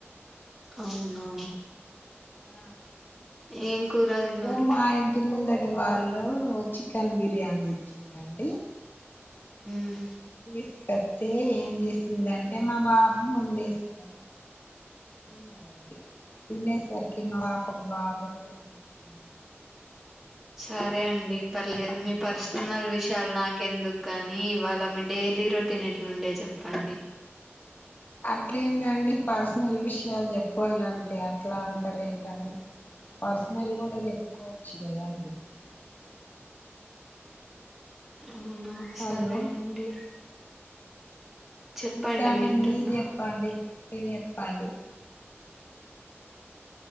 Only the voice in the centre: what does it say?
అవునా
ఏం కూర తిన్నారు?
మ్మ్
సరే అండి పర్లేదు
మీ పర్సనల్ విషయాలు నాక్ కెందుకు కాని ఇవాళ మీ డైలీ రొటీన్ ఎట్లుండే చెప్పండి
అవునా
సరే అండి చెప్పండి
వింటున్నా.